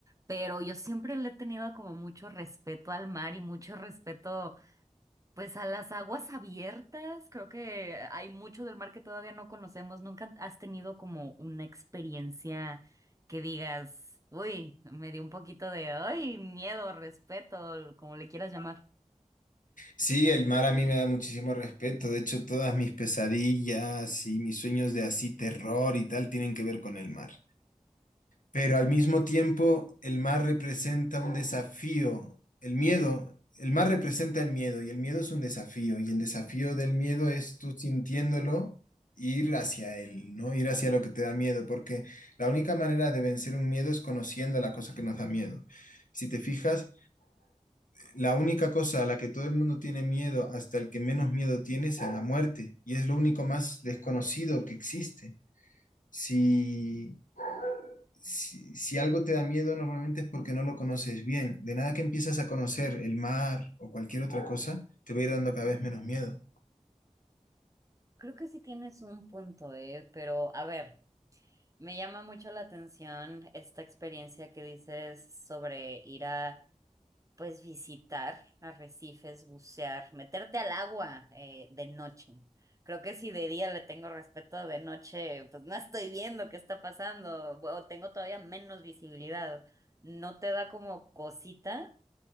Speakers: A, on the right (about 25°); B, on the left (about 85°).
A: pero yo siempre le he tenido como mucho respeto al mar y mucho respeto pues a las aguas abiertas, creo que hay mucho del mar que todavía no conocemos, nunca has tenido como una experiencia que digas, uy, me dio un poquito de, ay, miedo, respeto, como le quieras llamar.
B: Sí, el mar a mí me da muchísimo respeto. De hecho, todas mis pesadillas y mis sueños de así terror y tal tienen que ver con el mar. Pero al mismo tiempo, el mar representa un desafío. El miedo, el mar representa el miedo y el miedo es un desafío. Y el desafío del miedo es tú sintiéndolo, ir hacia él, ¿no? Ir hacia lo que te da miedo. Porque la única manera de vencer un miedo es conociendo la cosa que nos da miedo. Si te fijas... La única cosa a la que todo el mundo tiene miedo, hasta el que menos miedo tiene, es a la muerte, y es lo único más desconocido que existe. Si, si, si algo te da miedo, normalmente es porque no lo conoces bien. De nada que empiezas a conocer el mar o cualquier otra cosa, te va a ir dando cada vez menos miedo.
A: Creo que sí tienes un punto, eh, pero a ver, me llama mucho la atención esta experiencia que dices sobre ir a, pues, visitar arrecifes, bucear, meterte al agua eh, de noche. Creo que si de día le tengo respeto, de noche, pues no estoy viendo qué está pasando o tengo todavía menos visibilidad. ¿No te da como cosita?